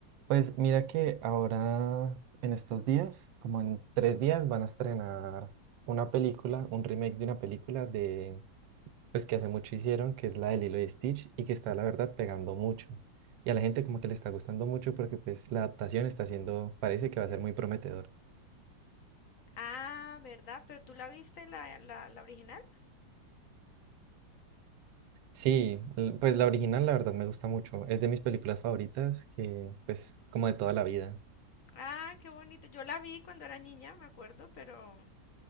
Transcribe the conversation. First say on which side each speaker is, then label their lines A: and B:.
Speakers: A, on the right; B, on the left.
A: Pues mira que ahora en estos días, como en tres días, van a estrenar una película, un remake de una película de, pues que hace mucho hicieron, que es la de Lilo y Stitch y que está la verdad pegando mucho. Y a la gente como que le está gustando mucho porque pues la adaptación está siendo, parece que va a ser muy prometedor.
B: Ah, ¿verdad? ¿Pero tú la viste la, la la original?
A: Sí, l- pues la original la verdad me gusta mucho. Es de mis películas favoritas que pues como de toda la vida.
B: Ah, qué bonito. Yo la vi cuando era niña, me acuerdo, pero,